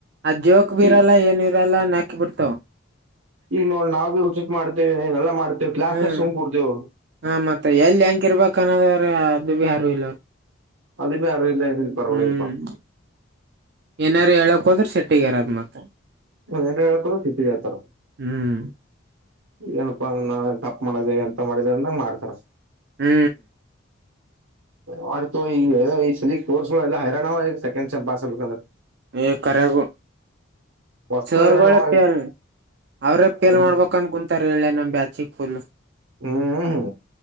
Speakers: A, on the right; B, on the right.
A: ಅದ್ ಜೋಕ್ ಬಿ
B: ಈ
A: ಇರಲ್ಲ ಏನ ಇರಲ್ಲ ನೆ ಬಿಡುವ
B: ಈಗ ನೋಡ್ ನಾವು ಬಿ ಉಚಿತ್ ಮಾಡ್ತೇವೆ ಏನೆಲ್ಲಾ ಮಾಡ್ತೇವಿ ಕ್ಲಾಸ್ನಾಗ
A: ಹ್ಮ್
B: ಸುಮ್ ಕೂಡ್ತೇವು
A: ಹ ಮತ್ತೆ ಎಲ್ಲಿ ಹೆಂಕ ಇರ್ಬೇಕನ್ನದ <unintelligible> ದುವಿಹಾರ ಇಲ್ಲ
B: ಅದು ಬಿ ಯಾರು ಇಲ್ಲ ಏನಿಲ್ಲ ಪರವಳಿಗಪ್ಪಾ
A: ಹ್ಮ ಏನಾರ ಎಳಕೋದರ ಸಿಟ್ ಗೆರದ ಮತ್ತೆ
B: ಏನರ ಹೇಳಕ್ಕೋದರ್ ಸಿಟ್ಟಿಗೆಳ್ತಾರ
A: ಹ್ಮ್
B: ಏನಪ್ಪಾ ಅ ನಾವ ತಪ್ಪ ಮಾಡಿದೆ ಎಂತ ಮಾಡಿದಂದ್ರ ಮಾಡ್ತಾರ
A: ಹ್ಮ
B: ಮಾಡ್ತು ಈಗ ಸಲಿ ಕೋರ್ಸ್ಗಳು ಎಲ್ಲ ಹೈರಾಣ ಸೆಕೆಂಡ್ ಪಾಸ್ ಆಗ್ಬೇಕಂದ್ರ
A: ಏ ಕರಗೂ
B: ವಸ್ತು
A: ಸರ್ಗೋಳ
B: ಹೈರಾಣವ
A: ಪೆಲ ಅವ್ರ ಪೇಲ್
B: ಹ್ಮ್
A: ಮಾಡ್ಬೇಕಕ ಅನಕಂದ ಕುಂತಾರ ್ರಲ ನಮ್ಮ ಬ್ಯಾಚಿಗ ಫುಲ್
B: ಹ್ಮ್್ಮ ಹ್ಮ